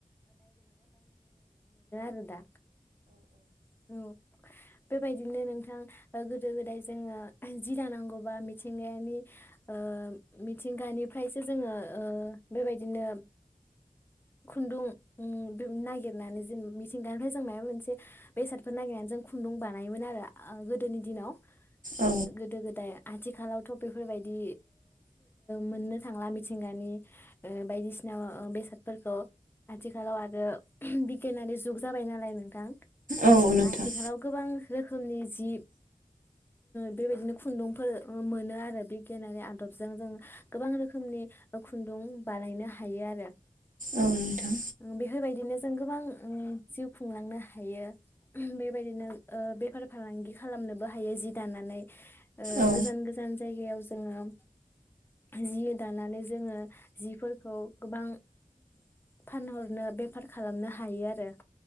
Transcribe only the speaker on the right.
औ
औ
नोंथां
औ नोंथां
औ